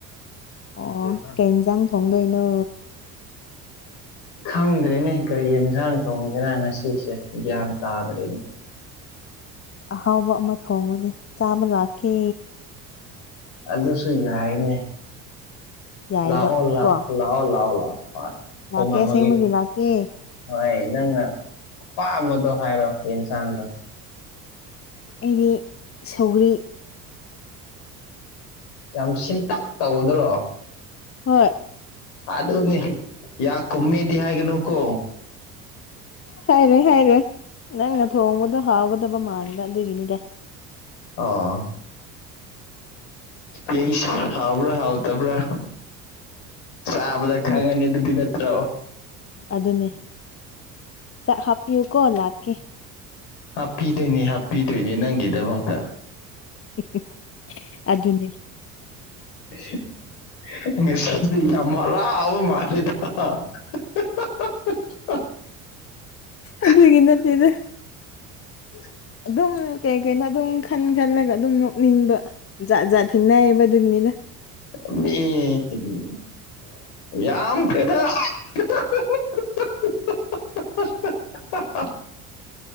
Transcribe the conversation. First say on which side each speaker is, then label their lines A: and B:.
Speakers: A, on the left; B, on the left.
A: ꯑꯣ ꯀꯩ ꯏꯟꯖꯥꯡ ꯊꯣꯡꯗꯣꯏꯅꯣ
B: ꯈꯪꯗ꯭ꯔꯤꯅꯦ ꯀꯔꯤ ꯌꯦꯟꯁꯥꯡ ꯊꯣꯡꯁꯤꯔ ꯉꯁꯤꯁꯦ ꯒ꯭ꯌꯥꯟ ꯇꯥꯗ꯭ꯔꯅꯦ
A: ꯑꯍꯥꯎꯕ ꯑꯃ ꯊꯣꯡꯉꯨꯅꯦ ꯆꯥꯕ ꯂꯥꯛꯀꯦ
B: ꯑꯗꯨꯁꯨ ꯌꯥꯏꯅꯦ
A: ꯌꯥꯏꯕ
B: ꯂꯥꯛꯑꯣ ꯂꯥꯛ
A: ꯀꯣ
B: ꯂꯥꯛꯑꯣ ꯂꯥꯛꯑꯣ ꯂꯥꯛꯑꯣ ꯍꯣꯏ ꯊꯣꯡꯉꯝꯃꯒꯦ
A: ꯂꯥꯛꯀꯦ ꯑꯁꯦꯡꯕꯒꯤ ꯂꯥꯛꯀꯦ
B: ꯍꯣꯏ ꯅꯪꯅ ꯑꯄꯥꯝꯕꯗꯣ ꯍꯥꯏꯔꯣ ꯌꯦꯟꯁꯥꯡꯗꯣ
A: ꯑꯩꯗꯤ ꯁꯧꯒꯔꯤ
B: ꯌꯥꯝ ꯁꯤꯟꯇꯛ ꯇꯧꯕꯗꯨꯔꯣ
A: ꯍꯣꯏ
B: ꯑꯗꯨꯅꯤ ꯌꯥ ꯀꯨꯝꯃꯦꯗꯤ ꯍꯥꯏꯒꯅꯨ ꯀꯣ
A: ꯍꯥꯏꯔꯣꯏ ꯍꯥꯏꯔꯣꯏ ꯅꯪꯅ ꯊꯣꯡꯕꯗꯣ ꯍꯥꯎꯒꯗꯕ ꯃꯥꯟꯕ ꯑꯗꯨꯒꯤꯅꯤꯗ
B: ꯑꯥꯑꯣ ꯌꯦꯡꯁꯦ ꯍꯥꯎꯕ꯭ꯔꯥ ꯍꯥꯎꯇꯕ꯭ꯔꯥ ꯆꯕꯗ
A: ꯁꯨꯝ
B: ꯈꯪꯒꯅꯤ ꯑꯗꯨꯗꯤ ꯅꯠꯇ꯭ꯔꯣ
A: ꯑꯗꯨꯅꯦ ꯆꯥꯛ ꯍꯥꯞꯄꯤꯌꯨꯀꯣ ꯂꯥꯛꯀꯦ
B: ꯍꯥꯞꯄꯤꯗꯣꯏꯅꯦ ꯍꯥꯞꯄꯤꯗꯣꯏꯅꯦ ꯅꯪꯒꯤꯗꯃꯛꯇ
A: <unintelligible> ꯑꯗꯨꯅꯦ
B: <unintelligible> <unintelligible>
A: ꯑꯗꯨꯒꯤ ꯅꯠꯇꯦꯗ
B: INAUDIBLE
A: ꯑꯗꯨꯝ ꯀꯩ- ꯀꯩꯅꯣ ꯑꯗꯨꯝ ꯈꯟ ꯈꯜꯂꯒ ꯑꯗꯨꯝ ꯅꯣꯛꯅꯤꯡꯕ ꯖꯥꯠ ꯖꯥꯠ ꯊꯦꯡꯅꯩꯌꯦꯕ ꯑꯗꯨꯒꯤꯅꯦꯗ
B: INAUDIBLE ꯌꯥꯝ ꯈ꯭ꯔꯦꯗꯥ UNINTELLIGIBLE